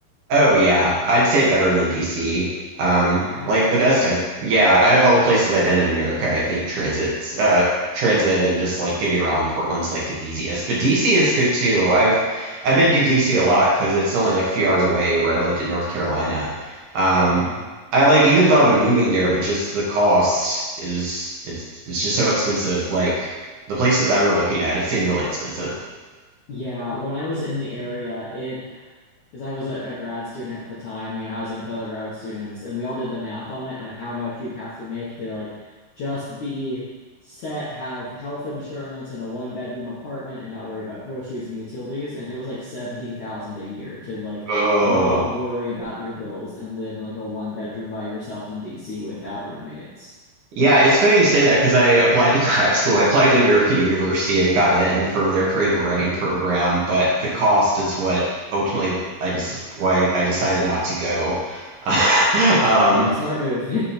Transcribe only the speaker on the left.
Wow.
Yeah.
Yeah. When I was in the area, it Because I was a, a grad student at the time, you know, housing with other grad students, and we all did the math on it on how much you'd have to make to like just be set, have health insurance and a one bedroom apartment and not worry about groceries and utilities. And it was like 70,000 a year to like
not worry about your bills and live in like a one bedroom by yourself in DC without roommates.
Yeah, smart move.